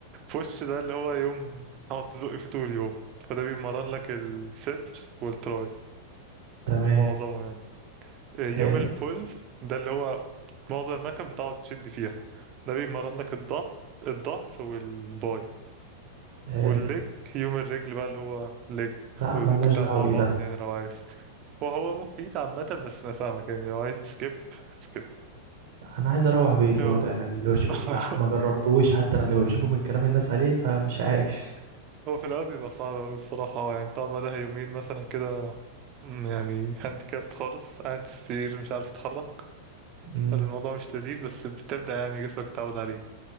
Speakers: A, on the right (about 40°); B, on the right (about 70°).
A: بوش ده اللي هو يوم تقعد تزق فيه طول اليوم فده بيمرن لك الصدر والتراي
B: تمام
A: معظمه يعني آه،
B: حلو
A: يوم البول ده اللي هو معظم المكان بتقعد تشد فيها ده بيمرن لك الظهر الظهر والباي
B: حلو
A: والليج يوم الرجل بقى اللي هو ليج
B: لا
A: وممكن
B: ملناش
A: تعمل
B: دعوه
A: معاه
B: بيه
A: بطن
B: ده
A: يعني لو عايز وهو مفيد عامة بس أنا فاهمك يعني لو عايز تسكيب تسكيب
B: انا عايز اروح بيتي
A: أيوه
B: برضه يعني أنا اللي بشوفه
A: <laughs>
B: ما ما جربتوش حتى انا اللي بشوفه من كلام الناس عليه فمش عايز
A: هو في الأول بيبقى صعب أوي الصراحة اه يعني بتاع مدى يومين مثلا كده أمم، يعني هانديكابت خالص قاعد في السرير مش عارف تتحرك
B: امم
A: الموضوع مش لذيذ بس بتبدأ يعني جسمك يتعود عليه